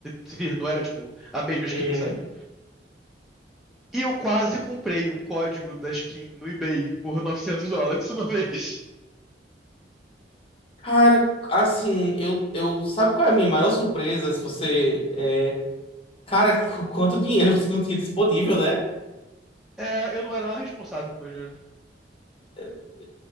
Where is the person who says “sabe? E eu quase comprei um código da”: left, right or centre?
Centre